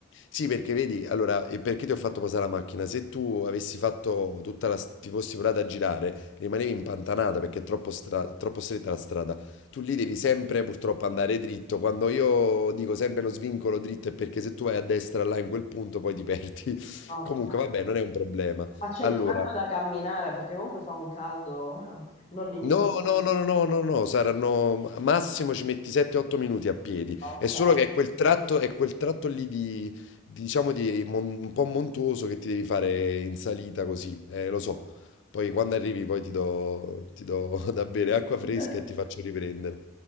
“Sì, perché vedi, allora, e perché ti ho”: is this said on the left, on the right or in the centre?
Left